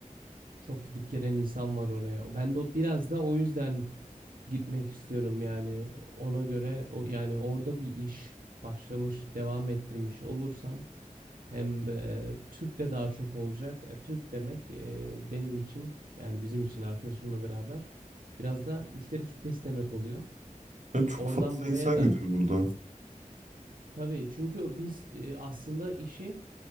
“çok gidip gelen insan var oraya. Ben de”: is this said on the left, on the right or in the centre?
Right